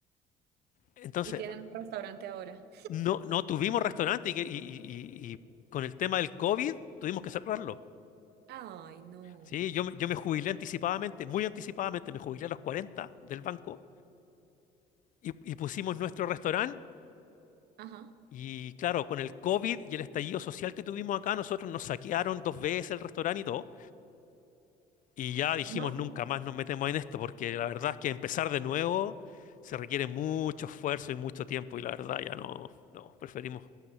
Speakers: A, on the left (about 50°); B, on the right (about 75°).
A: Entonces,
B: Y tienen un restaurante ahora.
A: no, no tuvimos restaurante, y, que- y- y- y con el tema del COVID tuvimos que cerrarlo.
B: Ay, no.
A: Sí, yo, me- yo me jubilé anticipadamente, muy anticipadamente, me jubilé a los 40 del banco, y, y pusimos nuestro restaurante.
B: Ajá.
A: Y claro, con el COVID y el estallido social que tuvimos acá, nosotros nos saquearon dos veces el restaurante y todo. Y ya dijimos,
B: No.
A: nunca más nos metemos en esto, porque la verdad es que empezar de nuevo se requiere mucho esfuerzo y mucho tiempo, y la verdad ya no, no, preferimos,